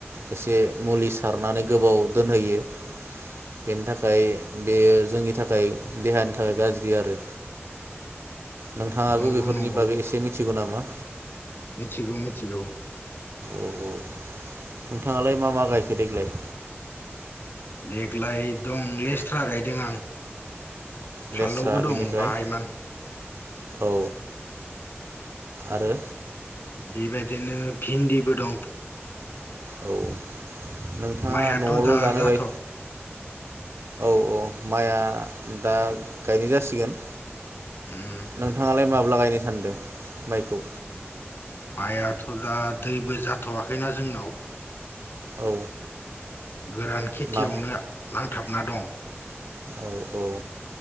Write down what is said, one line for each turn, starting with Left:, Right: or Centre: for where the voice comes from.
Right: एसे मुलि सारनानै गोबाव दोनहैयो बेनि थाखाय बेयो जोंनि थाखाय देहानि थाखाय गाज्रि आरो नोंथाङाबो
Left: नंगौ
Right: बेफोरनि
Left: नंगौ
Right: बागै एसे मिथि थिगौ नामा?
Left: मिथिगौ मिथिगौ
Right: औ औ नोंथाङालाय मा मा गायखो देग्लाय
Left: देग्लाय दं लेस्थ्रा गायदों आं।
Right: लेस्रा
Left: फाललौबो
Right: बेनिफ्राय
Left: दं बाहाइ मान
Right: औ आरो
Left: बेबायदिनो भिन्दिबो दं
Right: औ नोंथाङा
Left: माइयाथ'
Right: न'आवल'
Left: दा
Right: जानो
Left: जाथ'
Right: गाय औ औ माइआ दा गायनो जासिगोन।
Left: उम
Right: नोंथाङालाय माब मब्ला गायनो सानदों माइखौ?
Left: माइआथ' दा दैबो जाथ'वाखैना जोंनाव
Right: औ
Left: गोरान खेथियावनो
Right: मा
Left: नांथाबना दं।
Right: औ औ